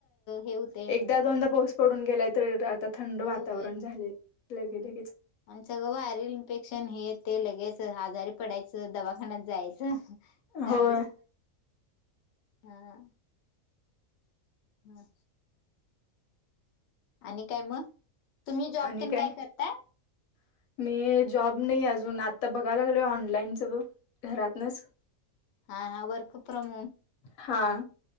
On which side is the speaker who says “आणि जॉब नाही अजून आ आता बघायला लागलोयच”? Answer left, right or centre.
Left